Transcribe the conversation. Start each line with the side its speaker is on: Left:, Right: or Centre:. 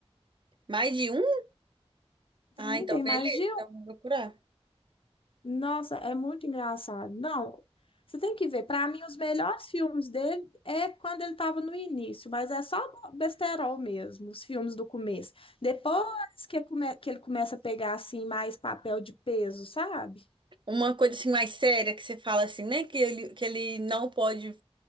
Right: Mais de um?
Left: Tem,
Right: Ah, então
Left: tem
Right: beleza,
Left: mais de
Right: então vou procurar.
Left: Nossa, é muito engraçado. Não, você tem que ver. Para mim, os melhores filmes dele é quando ele estava no início, mas é só besterol mesmo, os filmes do começo. Depois que, come- que ele começa a pegar assim mais papel de peso, sabe?
Right: Uma coisa assim mais séria que você fala assim, né? Que ele, que ele não pode